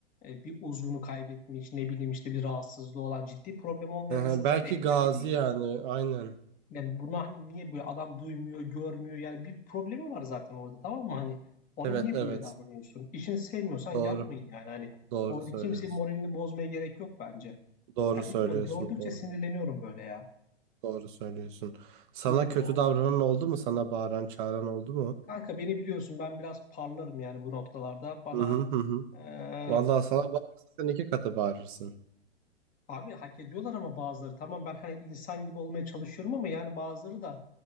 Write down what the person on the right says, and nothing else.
Hı
hı.
Belki
gazi
yani. Aynen.
Evet
evet.
Doğru.
Doğru
söylüyorsun.
Doğru
söylüyorsun.
Doğru.
Doğru söylüyorsun. Sana
kötü
davranan
oldu mu? Sana bağıran, çağıran oldu mu?
Hı hı hı. hı.
Vallahi sana bağırırsa sen iki katı bağırırsın.